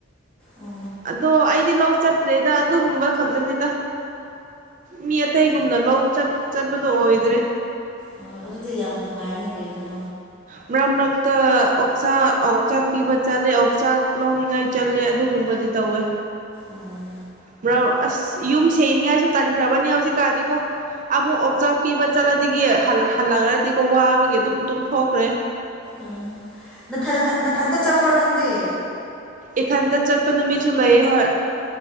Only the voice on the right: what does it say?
ꯑꯗꯣ ꯑꯩꯗꯤ ꯂꯧ ꯆꯠꯇ꯭ꯔꯦꯗ ꯑꯗꯨꯒꯨꯝꯕ ꯈꯛꯇꯅꯤꯗ ꯃꯤ ꯑꯇꯩꯒꯨꯝꯅ ꯂꯧ ꯆꯠ ꯆꯠꯄꯗꯣ ꯑꯣꯏ ꯗ꯭ꯔꯦ
ꯃꯔꯛ ꯃꯔꯛꯇ ꯑꯣꯛꯆꯥꯛ ꯑꯣꯛꯆꯥꯛ ꯄꯤꯕ ꯆꯠꯂꯦ ꯑꯣꯛꯆꯥꯛ ꯂꯧꯅꯤꯡꯉꯥꯏ ꯆꯠꯂꯦ ꯑꯗꯨꯒꯨꯝꯕꯗꯤ ꯇꯧꯋꯦ
<unintelligible> ꯌꯨꯝ ꯁꯦꯡꯅꯤꯡꯉꯥꯏꯁꯨ ꯇꯟꯈ꯭ꯔꯕꯅꯤ ꯍꯧꯖꯤꯛꯀꯥꯟꯗꯤꯀꯣ ꯑꯃꯨꯛ ꯑꯣꯛꯆꯥꯛ ꯄꯤꯕ ꯆꯠꯂꯗꯤꯒꯤ ꯍꯜꯂꯛꯈ꯭ꯔꯗꯤꯀꯣ ꯋꯥꯕꯒꯤ ꯑꯗꯨꯝꯨ ꯇꯨꯝ ꯍꯣꯈ꯭ꯔꯦ
ꯏꯊꯟꯗ ꯆꯠꯄ ꯅꯨꯃꯤꯠꯁꯨꯨ ꯂꯩꯌꯦ ꯍꯣꯏ